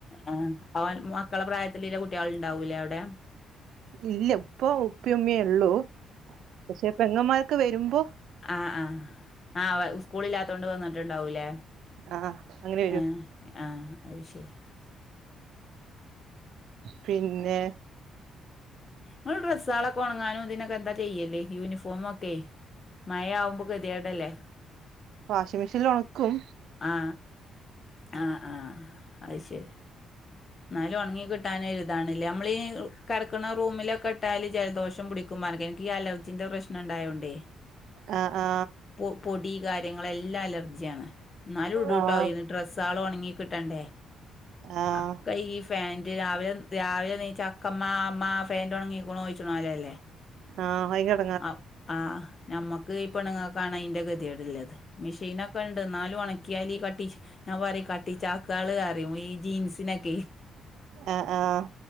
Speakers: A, on the left; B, on the right.
A: ആ അവൻ മക്കളെ പ്രായത്തില്ള്ള കുട്ട്യാള്ണ്ടാവൂലേവടെ
B: ഇല്ല ഇപ്പൊ ഉപ്പയേം മ്മേംള്ളൂ പക്ഷെ പെങ്ങമ്മാരൊക്കെ വെര്മ്പോ
A: ആ ആ ആ സ്കൂളില്ലാത്തോണ്ട് വന്ന്ട്ട്ണ്ടാവൂലേ
B: ആ അങ്ങനെ വരും
A: ഏ ആ അത് ശെരി
B: പിന്നെ
A: ങ്ങള് ഡ്രസ്സാളൊക്കെ ഒണങ്ങാനും ഇതിനൊക്കെ എന്താ ചെയ്യല് യൂനിഫോമൊക്കെ മയാവുമ്പോ ഗത്യേടല്ലേ
B: വാഷിമിഷീനിലൊൺക്കും
A: ആ ആ ആ അത് ശെരി ന്നാലും ഉൺങ്ങി കിട്ടാനൊരു താണ്ല്ലെ നമ്മളീ കെട്ക്ക്ണ റൂമിലൊക്കെട്ടാല് ജലദോഷം പിടിക്കും പറഞ്ഞ്ക്ക് ഇൻക്കീ അലർജിന്റെ പ്രശ് നം ണ്ടായോണ്ടേ
B: ആ ആ
A: പൊ പൊടി കാര്യങ്ങളെല്ലാം അലർജ്യാണ് ന്നാലും ഇടൂട്ടോ
B: ആ
A: ഡ്രസ്സാളൊൺങ്ങി കിട്ടണ്ടേ
B: ആഹ്
A: അപ് ഒക്കെ ഈ ഫാന്റ് രാവിലെ രാവിലെ ണീച്ച് അക്കമ്മ മ്മ ഫാന്റോൺങ്ങിക്ക്ണോ ചോയ്ച്ച്ണോല്ലല്ലേ
B: ആ <unintelligible>
A: ആ ആ ഞമ്മക്ക് ഈ പെണ്ണ്ങ്ങക്കാണ് അയ്ന്റെ ഗത്യേട്ള്ളത് മിഷീനൊക്കെണ്ട് ന്നാലും ഒണക്കിയാല് ഈ കട്ടി ഞാൻ പറയും കട്ടി ചാക്കാള് പറയും ഈ ജീൻസിനൊക്കെ
B: ആഹ് ആഹ്